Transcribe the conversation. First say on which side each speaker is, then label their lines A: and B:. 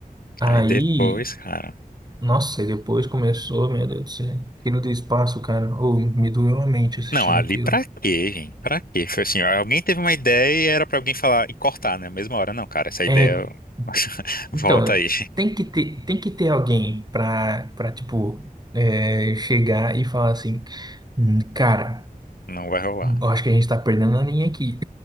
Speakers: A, on the right (about 25°); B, on the left (about 75°).
A: Aí,
B: Aí depois, cara.
A: nossa, e depois começou, meu Deus do céu, aquilo do espaço, cara, ou me doeu a mente assistindo
B: Não, ali
A: aquilo.
B: pra quê, gente? Pra quê? Foi assim, alguém teve uma ideia e era pra alguém falar e cortar, né? Mesma hora, não, cara, essa
A: É
B: ideia <laughs> volta
A: Então,
B: aí.
A: tem que ter, tem que ter alguém pra, pra tipo, é, chegar e falar assim, "Hum, cara,
B: Não vai rolar.
A: eu acho que a gente tá perdendo a linha aqui.